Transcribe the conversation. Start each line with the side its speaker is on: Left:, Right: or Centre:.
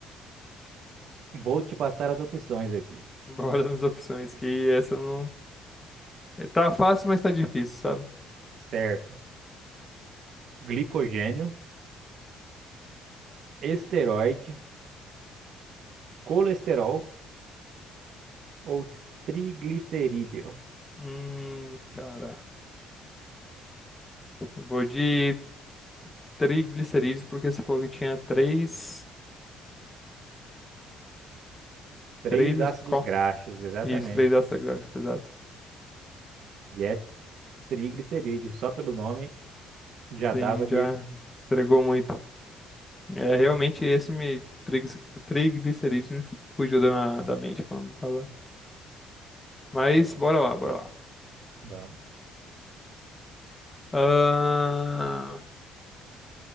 Right: Vou te passar as opções aqui.
Left: Bora nas opções, que essa não. é, Tá fácil, mas tá difícil, sabe?
Right: Certo. Glicogênio, esteroide, colesterol ou triglicerídeo.
Left: Hum, cara. Eu vou de triglicerídeos, porque você falou que tinha três.
Right: Três
Left: Três.
Right: ácidos
Left: es- co-
Right: graxos, exatamente.
Left: Isso, três ácidos graxos, exato.
Right: E é triglicerídeo. Só pelo nome já
Left: Sim,
Right: dava de.
Left: já entregou muito. É, realmente esse me. trig- Triglicerídeos me fugiu da, da mente quando tava. Mas
Right: Vamos.
Left: bora lá, bora lá.
Right: vamos.
Left: Ahn,